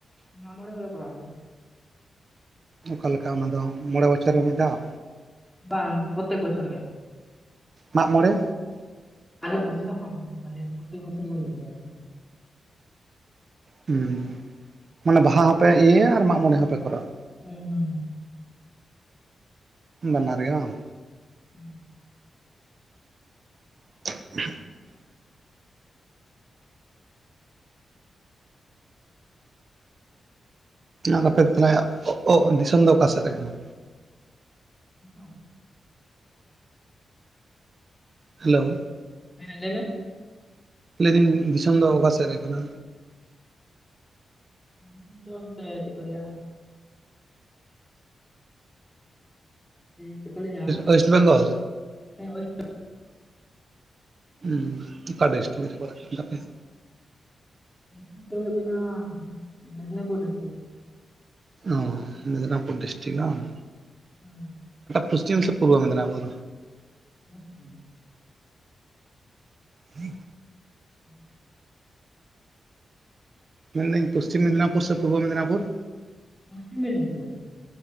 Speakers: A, in the centre; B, on the right.
A: ᱢᱟᱜ ᱢᱚᱸᱬᱮ ᱦᱚᱸᱞᱮ ᱠᱚᱨᱟᱣ ᱜᱮᱭᱟ᱾
B: ᱚᱠᱟ ᱞᱮᱠᱟ ᱚᱱᱟ ᱫᱚ ᱢᱚᱸᱬᱮ ᱵᱚᱪᱷᱚᱨ ᱨᱮ ᱢᱤᱫ ᱫᱷᱟᱣ?
A: ᱵᱟᱝ ᱯᱨᱚᱛᱮᱠ ᱵᱚᱪᱚᱨ ᱜᱮ
B: ᱢᱟᱜ ᱢᱚᱸᱬᱮ
A: ᱟᱞᱮ ᱫᱚ ᱫᱤᱥᱚᱢ ᱢᱟᱜ ᱢᱚᱸᱬᱮ ᱠᱟᱱ ᱛᱟᱞᱮᱭᱟ ᱯᱨᱚᱛᱮᱠ ᱵᱚᱪᱷᱚᱨ ᱜᱮ ᱦᱩᱭᱩᱜ ᱜᱮᱭᱟ ᱟᱨ ᱠᱤ
B: ᱩᱸ ᱢᱟᱱᱮ ᱵᱟᱦᱟ ᱦᱚᱸᱯᱮ ᱤᱭᱟᱹᱭᱟ ᱟᱨ ᱢᱟᱜ ᱢᱚᱸᱬᱮ ᱦᱚᱸᱯᱮ ᱠᱚᱨᱟᱣᱟ
A: ᱦᱩᱸ-ᱦᱩᱸ
B: ᱵᱟᱱᱟᱨ ᱜᱮ ᱵᱟᱝ
A: ᱟᱱᱼᱚᱰᱤᱵᱮᱞ
B: ᱪᱮᱫ ᱦᱚᱸ ᱵᱟᱝ ᱟᱸᱡᱚᱢ ᱴᱷᱤᱠᱟᱹᱜ ᱠᱟᱱᱟ ᱟᱨ ᱟᱯᱮ ᱛᱟᱞᱟᱭᱟ ᱚ ᱚᱜ ᱫᱤᱥᱚᱢ ᱫᱚ ᱚᱠᱟ ᱥᱮᱫᱨᱮ ᱠᱟᱱᱟ?
A: ᱟᱱᱼᱚᱰᱤᱵᱮᱞ
B: ᱦᱮᱞᱳ
A: ᱦᱮᱸᱻᱦᱮᱸᱻ ᱞᱟᱹᱭ ᱢᱮ
B: ᱞᱟᱹᱭᱫᱟᱹᱧ ᱫᱤᱥᱚᱢ ᱫᱚ ᱚᱠᱟ ᱥᱮᱫ ᱨᱮ ᱠᱟᱱᱟ?
A: ᱫᱤᱥᱚᱢ ᱫᱚ ᱚᱱᱛᱮ ᱪᱮᱫ ᱠᱚ ᱞᱟᱹᱭᱟ? ᱼᱼ ᱪᱮᱫ ᱠᱚ ᱞᱟᱹᱭᱟ
B: ᱳᱭᱮᱥᱴ ᱵᱮᱝᱜᱚᱞ
A: ᱦᱮᱸ ᱳᱭᱼᱼ
B: ᱩᱸ ᱚᱠᱟ ᱰᱤᱥᱴᱤᱠ ᱨᱮ ᱯᱟᱲᱟᱜ ᱠᱟᱱ ᱛᱟᱯᱮᱭᱟ?
A: ᱰᱤᱥᱴᱤᱠ ᱫᱚ ᱦᱩᱭᱩᱜ ᱠᱟᱱᱟ ᱢᱮᱫᱽᱱᱤᱯᱩᱨ ᱰᱤᱥᱴᱤᱠ
B: ᱚ ᱢᱤᱫᱽᱱᱟᱯᱩᱨ ᱰᱤᱥᱴᱤᱠ ᱵᱟᱝ
A: ᱦᱩᱸ
B: ᱯᱚᱥᱪᱤᱢ ᱥᱮ ᱯᱩᱨᱵᱚ ᱢᱤᱫᱽᱱᱟᱯᱩᱨ?
A: ᱟᱱ ᱼᱤᱱᱴᱮᱞᱤᱡᱤᱵᱮᱞ
B: ᱟᱱᱼᱚᱰᱤᱵᱮᱞ
A: ᱟᱱᱼ ᱚᱰᱤᱵᱮᱞ
B: ᱢᱮᱱᱫᱟᱹᱧ ᱯᱚᱥᱪᱤᱢ ᱢᱮᱫᱽᱱᱤᱟᱯᱩᱨ ᱥᱮ ᱯᱩᱨᱵᱚ ᱢᱮᱫᱽᱱᱟᱯᱩᱨ?
A: ᱯᱚᱥᱪᱤᱢ ᱢᱮᱫᱽᱱᱤᱯᱩᱨ